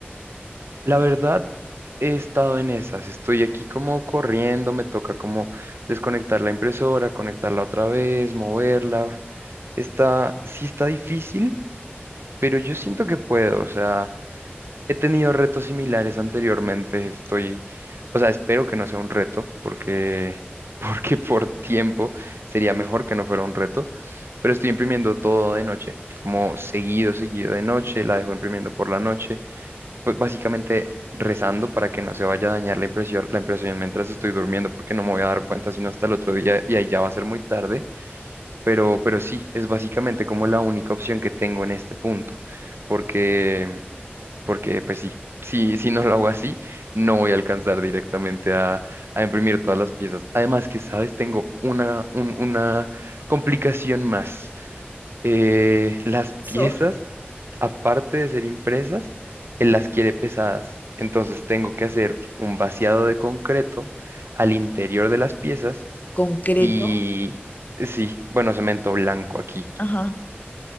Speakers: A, on the right; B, on the left.
A: La verdad, he estado en esas, estoy aquí como corriendo, me toca como desconectar la impresora, conectarla otra vez, moverla. Está, sí está difícil pero yo siento que puedo, o sea, he tenido retos similares anteriormente, estoy, o sea, espero que no sea un reto, porque, <laughs> porque por tiempo sería mejor que no fuera un reto, pero estoy imprimiendo todo de noche, como seguido, seguido de noche, la dejo imprimiendo por la noche, pues básicamente rezando para que no se vaya a dañar la impresión, la impresión mientras estoy durmiendo, porque no me voy a dar cuenta sino hasta el otro día y ahí ya va a ser muy tarde. Pero, pero sí, es básicamente como la única opción que tengo en este punto, porque, porque pues sí, si, si no lo hago así, no voy a alcanzar directamente a, a imprimir todas las piezas. Además que, ¿sabes? Tengo una, un- una complicación más. Eh, las
B: So-
A: piezas, aparte de ser impresas, él las quiere pesadas. Entonces tengo que hacer un vaciado de concreto al interior de las piezas
B: concreto.
A: y, sí, bueno, cemento blanco aquí
B: Ajá.